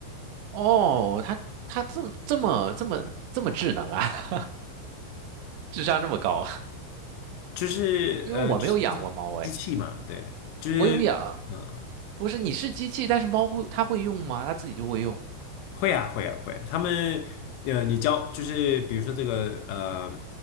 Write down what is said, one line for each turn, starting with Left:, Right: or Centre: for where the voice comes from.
Right: 哦，它它这么这么这么这么智能啊！<laughs> 智商这么高啊
Left: 就是呃就是机机器嘛，
Right: <laughs> 因为我没有养过猫哎，
Left: 对，就是。
Right: 我有养，
Left: 嗯。
Right: 不是你是机器，但是猫会它会用吗？它自己就会用，
Left: 会啊，会啊，会啊。他们，呃，你教就是比如说这个，呃，